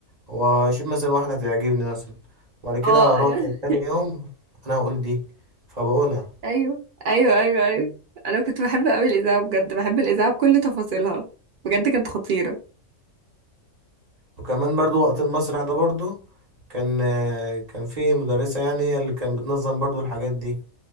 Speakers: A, on the right; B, on the right.
A: واشوف مثلا واحده هتعجبني مثلا وبعد كده
B: اه
A: اروح
B: انا
A: تاني يوم انا هقول دي فبقولها
B: ايوه ايوه ايوه ايوه انا كنت بحب قوي الاذاعه بجد بحب الاذاعه بكل تفاصيلها بجد كانت خطيره
A: وكمان برضو وقت المسرح ده برضو كان كان في مدرسة يعني هي اللي كانت بتنظم برضو الحاجات دي